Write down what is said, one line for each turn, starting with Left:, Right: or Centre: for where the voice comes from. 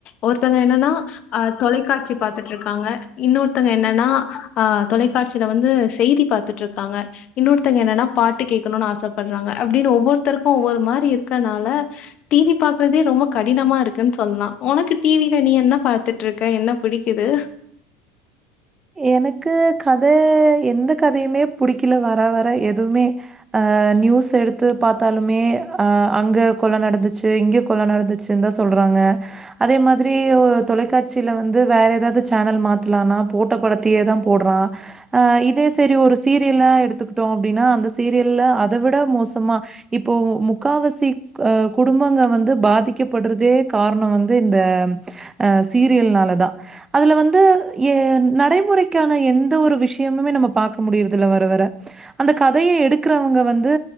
Left: ஒருத்தவங்க என்னன்னா அ தொலைக்காட்சி பாத்துட்டு இருக்காங்க இன்னொருத்தவுங்க என்னன்னா அ தொலைக்காட்சியில வந்து செய்தி பாத்து இருக்காங்க இன்னொருத்தவங்க என்னன்னா பாட்டு கேக்கணும்னு ஆசைப்படுறாங்க அப்டின்னு ஒவ்வொருத்தருக்கும் ஒவ்வொரு மாரி இருக்கனால டி வி பாக்குறதே ரொம்ப கடினமா இருக்குன்னு சொல்லலாம் உனக்கு டி வில நீ என்ன பாத்துட்டு இருக்க என்ன பிடிக்குது
Right: எனக்கு கதை எந்த கதையுமே புடிக்கல வர வர எதுவுமே நியூஸ் எடுத்து பாத்தாலுமே அங்கே கொள்ள நடந்துச்சு இங்கே கொள்ள நடந்துச்சு <unintelligible> சொல்றாங்க அதே மாரி தொலைக்காட்சியில வந்து வேற ஏதாவது சேனல் மாத்தலாம்னா போட்டப்படத்தேயே தான் போடுறான் இதே செரி ஒரு சீரியல் எடுத்துக்கிட்டோம் அப்டின்னா அந்த சீரியலில் அதை விட மோசமாக இப்போ முக்காவசி அ குடும்பங்க வந்து பாதிக்கப்படுறதே காரணம் வந்து இந்த அ சீரியல்னால தா அதுல வந்து ஏ நடைமுறைக்கான எந்த ஒரு விஷயமுமே நம்ம பாக்க முடியுறதில்ல வர வர அந்த கதைய எடுக்குறவுங்க வந்து